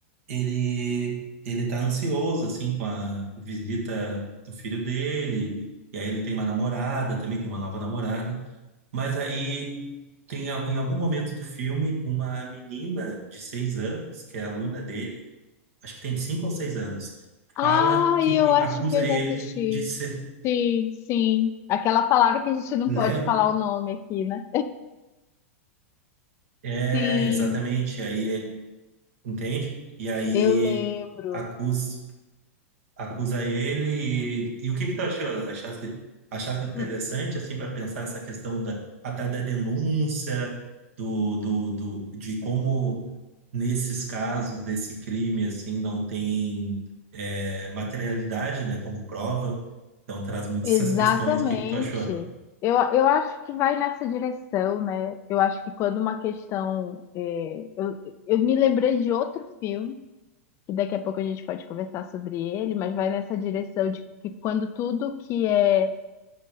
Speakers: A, on the right; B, on the left.
A: ele ele tá ansioso assim com a visita do filho dele. E aí ele tem uma namorada, também tem uma nova namorada. Mas aí tem al- em algum momento do filme uma menina de seis anos, que é aluna dele, acho que tem cinco ou seis anos,
B: Ah,
A: fala que
B: eu acho
A: acusa
B: que eu
A: ele
B: já assisti.
A: de ser
B: Sim, sim. Aquela palavra que a gente não
A: Leo.
B: pode falar o nome aqui, né?
A: É,
B: Sim,
A: exatamente. Aí ele entende? E aí
B: eu lembro.
A: acusa. acusa ele. E, e o que que tu achou? Achaste, achaste interessante,
B: Hum,
A: assim, para pensar essa questão da, até da denúncia, do, do, do, de como nesses casos desse crime, assim, não tem é, materialidade, né, como prova. Então traz muitas
B: Exatamente.
A: essas questões. O que que tu achou?
B: Eu, eu acho que vai nessa direção, né? Eu acho que quando uma questão. é, eu, eu me lembrei de outro filme. que daqui a pouco a gente pode conversar sobre ele, mas vai nessa direção de que quando tudo que é,